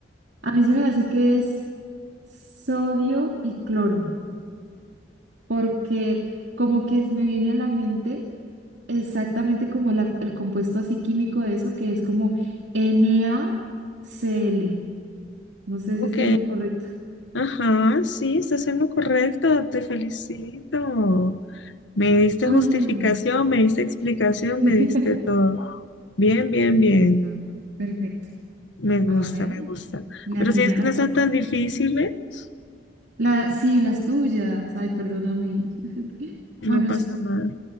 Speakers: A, on the right; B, on the left.
A: A mí se me hace que es sodio y cloro, porque como que me viene a la mente exactamente como la- el compuesto así químico de eso, que es como NaCl. No sé
B: Ok.
A: si estoy en lo correcto.
B: Ajá, sí, estás en lo correcto, te felicito. Me diste
A: Oye.
B: justificación, me diste explicación,
A: <laughs>
B: me diste todo. Bien, bien, bien.
A: Perfecto. Perfecto.
B: Me gusta,
A: Ah, bueno,
B: me gusta.
A: le
B: Pero
A: atiné
B: si es
A: a
B: que
A: las
B: no están
A: dos.
B: tan difíciles,
A: La, sí, las tuyas. Ay, perdóname. <laughs>
B: no
A: Bueno,
B: pasa
A: sí,
B: nada.